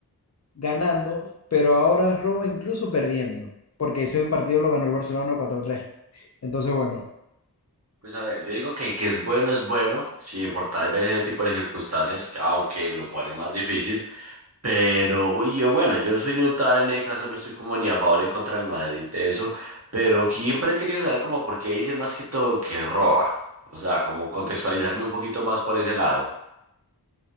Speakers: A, on the left; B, on the right.
A: ganando, pero ahora roba incluso perdiendo, porque ese partido lo ganó el Barcelona cuatro a tres. Entonces, bueno,
B: Pues a ver, yo digo que el que es bueno es bueno, sin importar ver ese tipo de circunstancias, aunque lo pone más difícil. Pero yo, bueno, yo soy neutral en ese caso, no estoy como ni a favor ni en contra del Madrid de eso, pero siempre he querido saber como por qué dicen más que todo que roba. O sea, como contextualizarme un poquito más por ese lado.